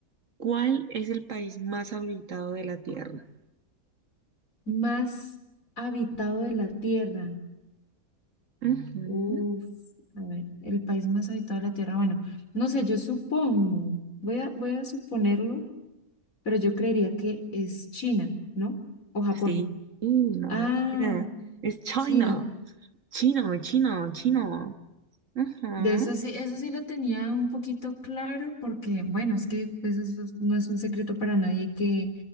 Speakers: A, on the right; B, on the left.
A: ¿cuál es el país más habitado de la Tierra?
B: Más habitado de la tierra.
A: Ujú.
B: Uf, a ver, el país más habitado de la Tierra. Bueno, no sé, yo supongo, voy a, voy a suponerlo, pero yo creería que es China, ¿no? O Japón.
A: Sí, no,
B: Ah,
A: mentira. Es China.
B: China.
A: Chino, chino, chino. Ajá.
B: De eso sí, eso sí lo tenía un poquito claro, porque, bueno, es que pues, eso es- no es un secreto para nadie que